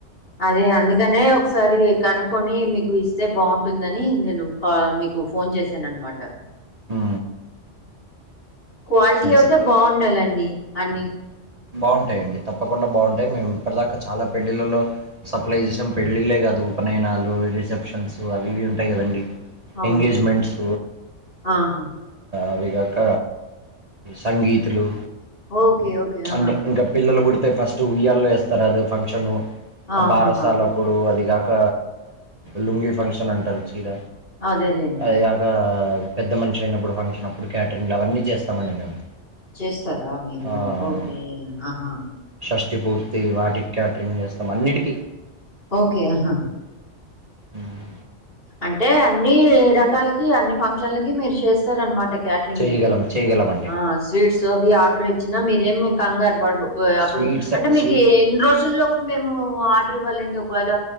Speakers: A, on the left (about 50°); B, on the right (about 35°).
A: అదే అందుకనే ఒకసారి కనుక్కొని మీకు ఇస్తే బాగుంటుందని నేను ఆ మీకు ఫోన్ చేసాను అన్నమాట
B: హ్
A: క్వాలిటీ అయితే
B: సార్
A: బాగుండాలండి అన్ని
B: బాగుంటాయిండి తప్పకుండా బాగుంటాయి. మేము ఇప్పటిదాకా చాలా పెల్లిళ్లలో సప్లై చేసాం పెళ్ళిళ్లే కాదు ఉపనయనాలు రిసెప్షన్స్ అవి ఇవి ఉంటాయి కదండి.
A: అవును
B: ఎంగేజ్మెంట్స్,
A: ఆహా
B: అవి కాక సంగీతులు,
A: ఓకే ఓకే ఆహా
B: అన్ని ఇంకా పిల్లలు పుడితే ఫస్ట్ ఉయ్యల్లో వేస్తారు. అది ఫంక్షన్
A: ఆహాహా
B: భారసాలం. ఇప్పుడు అది కాక లుంగి ఫంక్షన్ అంటారు చీర
A: అదేలేండి
B: అవి కాక పెద్ద మనిషి అయినప్పుడు ఫంక్షన్ అప్పుడు కే్టరింగ్ అవన్నీ చేస్తామండి మేము,
A: చేస్తారా మీరు
B: ఆహ్,
A: ఓకే ఆహా
B: షష్టి పూర్తి వాటికి క్యాటరింగ్ చేస్తాం అన్నిటికీ,
A: ఓకే ఆహా
B: హ్మ్.
A: అంటే అన్ని రకాలకి అన్ని ఫంక్షన్ జళ్లకి మీరు చేస్తారనమాట కేటరింగ్
B: చేయగలం
A: అయితే
B: చేయగలమండి
A: ఆ స్వీట్స్ అవి ఆర్డర్ ఇచ్చినా మీరేమి కంగారు పడరు అప్పుడు
B: స్వీట్స్
A: అంటే మీకు
B: స్వీ
A: ఎన్ని రోజుల్లో ఇప్పుడు మేము ఆర్డర్ ఇవ్వాలండి ఒకవేళ